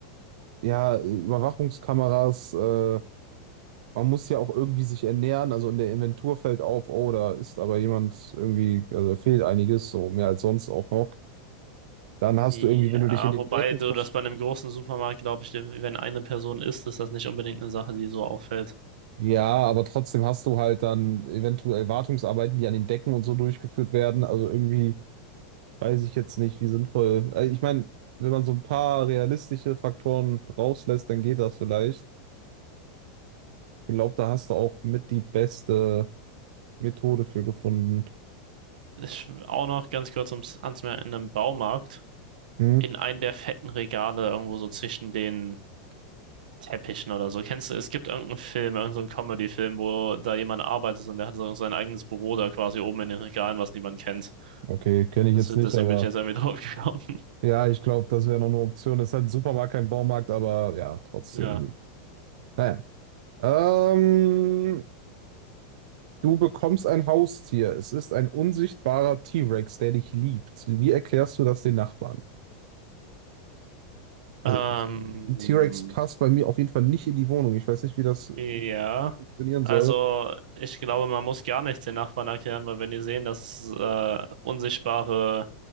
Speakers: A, on the right; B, on the right.
A: ja, Überwachungskameras, äh, man muss ja auch irgendwie sich ernähren. Also in der Inventur fällt auf, oh, da ist aber jemand irgendwie, also fehlt einiges, so mehr als sonst auch noch. Dann hast
B: ja,
A: du irgendwie, wenn du dich in den
B: wobei
A: Decken versch...
B: so, dass bei einem großen Supermarkt, glaube ich, wenn eine Person ist, ist das nicht unbedingt eine Sache, die so auffällt.
A: Ja, aber trotzdem hast du halt dann eventuell Wartungsarbeiten, die an den Decken und so durchgeführt werden. Also irgendwie weiß ich jetzt nicht, wie sinnvoll. Also ich meine, wenn man so ein paar realistische Faktoren rauslässt, dann geht das vielleicht. Ich glaube, da hast du auch mit die beste Methode für gefunden.
B: Ich, auch noch ganz kurz ums, anzumerken: in einem Baumarkt,
A: Hm?
B: in einem der fetten Regale irgendwo so zwischen den Teppichen oder so. Kennst du, es gibt irgendeinen Film, irgendeinen Comedy-Film, wo da jemand arbeitet und der hat so sein eigenes Büro da quasi oben in den Regalen, was niemand kennt.
A: Okay, kenne ich
B: Das,
A: jetzt
B: deswegen
A: nicht, aber
B: bin ich jetzt irgendwie drauf gekommen. <laughs>
A: ja, ich glaube, das wäre noch eine Option. Ist halt ein Supermarkt, kein Baumarkt, aber ja, trotzdem.
B: Ja.
A: Naja. Ähm, du bekommst ein Haustier. Es ist ein unsichtbarer T-Rex, der dich liebt. Wie erklärst du das den Nachbarn? Also
B: Ähm,
A: ich, ein T-Rex passt bei mir auf jeden Fall nicht in die Wohnung. Ich weiß nicht, wie das
B: ja.
A: funktionieren
B: Also,
A: soll.
B: ich glaube, man muss gar nichts den Nachbarn erklären, weil wenn die sehen, dass äh, unsichtbare